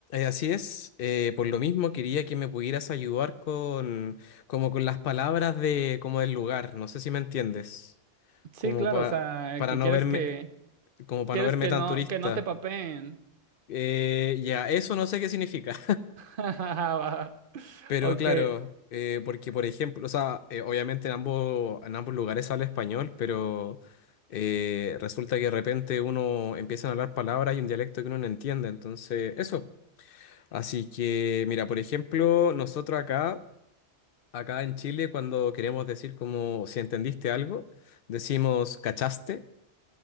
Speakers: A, on the left; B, on the right.
A: así es. Eh, por lo mismo quería que me pudieras ayudar con, como con las palabras de, como del lugar. No sé si me entiendes.
B: Sí,
A: Como
B: claro,
A: pa-
B: o sea,
A: para
B: que
A: no
B: quieres
A: verme,
B: que
A: como para
B: quieres
A: no verme
B: que
A: tan
B: no
A: turista.
B: que no te papeen.
A: Eh, ya, eso no sé qué significa.
B: <laughs> Va.
A: Pero
B: Ok.
A: claro, eh, porque por ejemplo, o sea, eh, obviamente en ambos, en ambos lugares habla español, pero eh, resulta que de repente uno empiezan a hablar palabras y un dialecto que uno no entiende. Entonces, eso. Así que, mira, por ejemplo, nosotros acá, acá en Chile, cuando queremos decir como si entendiste algo, decimos cachaste.